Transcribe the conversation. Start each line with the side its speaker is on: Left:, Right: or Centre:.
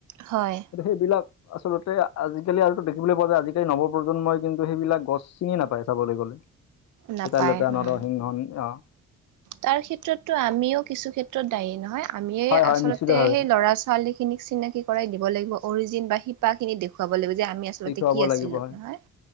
Right: হয়।
Left: এতিয়া সেইবিলাক আচলতে আজিকালি আৰুতো দেখিবলৈ পোৱা যায় আজিকালি নৱ প্ৰজন্মই কিন্তু সেইবিলাক গছ চিনিয়ে নাপায় চাবলৈ গ'লে।
Right: নাপায়
Left: ভেদাই লতা, নৰসিংহ
Right: উম।
Left: উম অহ।
Right: তাৰ ক্ষেত্ৰতো আমিও কিছু ক্ষেত্ৰত দায়ী নহয় আমিয়ে
Left: হয় হয়
Right: আচলতে
Left: নিশ্চিতভাৱে
Right: সেই ল'ৰা ছোৱালীক খিনিক চিনাকি কৰাই দিব লাগিব অৰিজিন বা শিপা খিনি দেখুৱাব লাগিব যে আমি আ আচলতে
Left: দেখুৱাব
Right: কি আছিলোঁ।
Left: লাগিব হয়
Right: নহয়